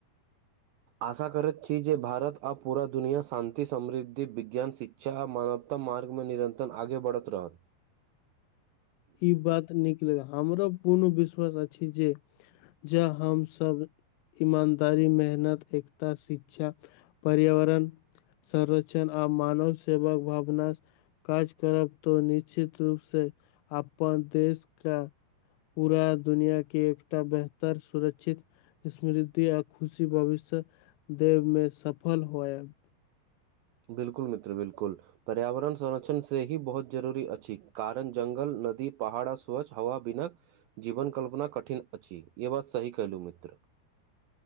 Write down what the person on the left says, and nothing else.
ई बात नीक ल हमरा पूर्ण विश्वास अछि जे जा हमसभ ईमानदारी मेहनत एकता शिक्षा पर्यावरण संरक्षण आ मानव सेवक भावना काज करब तऽ निश्चित रूप से अपन देश कऽ पूरा दुनिया के एकटा बेहतर सुरक्षित स्मृति आ खुशी भविष्य दे में सफल होयल